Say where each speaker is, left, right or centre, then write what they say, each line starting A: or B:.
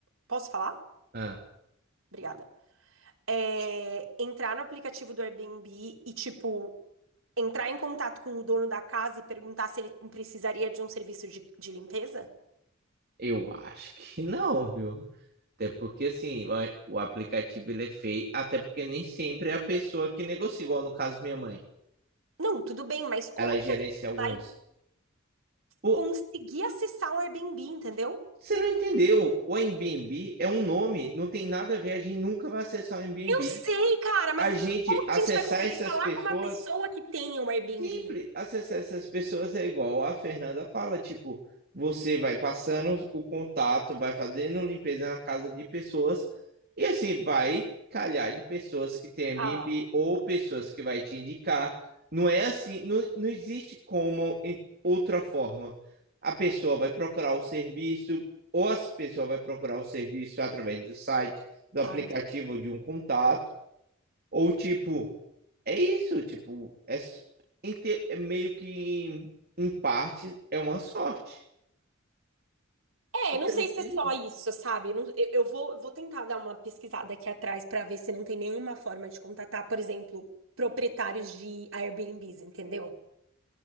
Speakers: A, on the right; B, on the right.
A: Posso falar?
B: Ah.
A: Obrigada. É, entrar no aplicativo do Airbnb e, tipo, entrar em contato com o dono da casa e perguntar se ele precisaria de um serviço de, de limpeza?
B: Eu acho que não, viu? Até porque, assim, vai- o aplicativo ele é feio. Até porque nem sempre é a pessoa que negocia, igual no caso minha mãe.
A: Não, tudo bem, mas como
B: Ela gerencia
A: que a gente
B: alguns.
A: vai
B: Pô,
A: conseguir acessar o Airbnb, entendeu?
B: você não entendeu? O Airbnb é um nome, não tem nada a ver. A gente nunca vai acessar o Airbnb.
A: Eu sei, cara, mas
B: A gente
A: como que
B: acessar
A: a gente vai conseguir
B: essas
A: falar
B: pessoas
A: com uma pessoa que tenha um Airbnb?
B: Simples. Acessar essas pessoas é igual a Fernanda fala, tipo, você vai passando o contato, vai fazendo limpeza na casa de pessoas e assim vai calhar de pessoas que tem Airbnb
A: Ah,
B: ou pessoas que vai te indicar. Não é assim, não, não existe como em outra forma. A pessoa vai procurar o serviço ou a pessoa vai procurar o serviço através do site, do aplicativo
A: ah, não.
B: ou de um contato, ou tipo é isso, tipo, é, s- inte- é meio que em parte é uma sorte.
A: É,
B: Porque
A: não sei
B: não
A: se
B: tem,
A: é só isso, sabe? Não- eu, eu vou, vou tentar dar uma pesquisada aqui atrás pra ver se não tem nenhuma forma de contatar, por exemplo, proprietários de Airbnbs, entendeu?